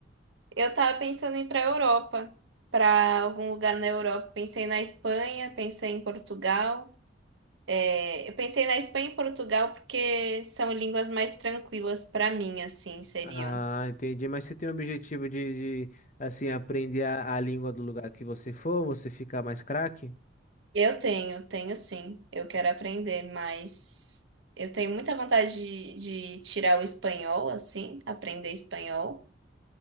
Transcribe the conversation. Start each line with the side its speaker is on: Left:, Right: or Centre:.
Right: Eu tava pensando em ir pra Europa, pra algum lugar na Europa. Pensei na Espanha, pensei em Portugal. É, eu pensei na Espanha e Portugal porque são línguas mais tranquilas pra mim, assim, seriam.
Left: Ah, entendi. Mas você tem o objetivo de, de, assim, aprender a, a língua do lugar que você for, você ficar mais craque?
Right: Eu tenho, tenho sim. Eu quero aprender, mas eu tenho muita vontade de, de tirar o espanhol, assim, aprender espanhol.